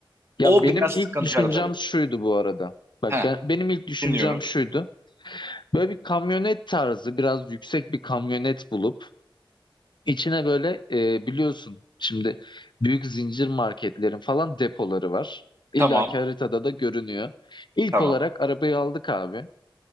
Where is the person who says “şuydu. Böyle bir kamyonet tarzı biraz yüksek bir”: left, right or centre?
Left